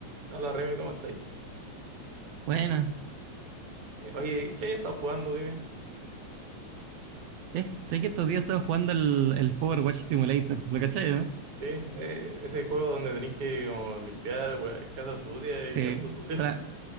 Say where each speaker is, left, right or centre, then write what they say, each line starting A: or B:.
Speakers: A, on the right (about 50°); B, on the right (about 70°).
A: Hola Remy, ¿cómo estáis?
B: Bueno,
A: Eh, oye, ¿qué has estado jugando? Dime.
B: es, sé que estos días estaba jugando el, el Power Watch Simulator, ¿lo cachai, no?
A: Sí, eh, ese juego donde tenéis que como, limpiar wea, casa sucia
B: Sí,
A: y auto sucio.
B: tra-
A: <laughs>